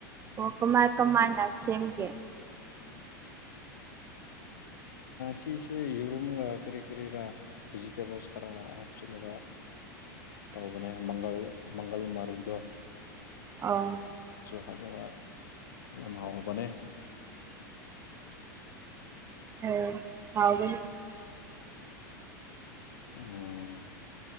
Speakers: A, on the right; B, on the left.
A: ꯀꯃꯥꯏ ꯀ ꯃꯥꯥꯏ ꯉꯁꯦꯦꯝ ꯀ
B: ꯁꯤꯁꯦ ꯌꯔꯨꯝꯒ ꯀꯔꯤ ꯀꯔꯤꯔꯥ ꯚꯤꯖꯤꯇꯦꯕꯜꯁ ꯈꯔ ꯍꯥꯞꯆꯤꯜꯂꯒ ꯇꯧꯕꯅꯦ ꯃꯪꯒꯜ ꯃꯪꯒꯜ ꯃꯔꯨꯗꯣ
A: ꯑꯥ
B: ꯐꯕ ꯌꯥꯝ ꯍꯥꯎꯕꯅꯦ
A: ꯑꯣ ꯍꯥꯎꯒ
B: ꯎꯝ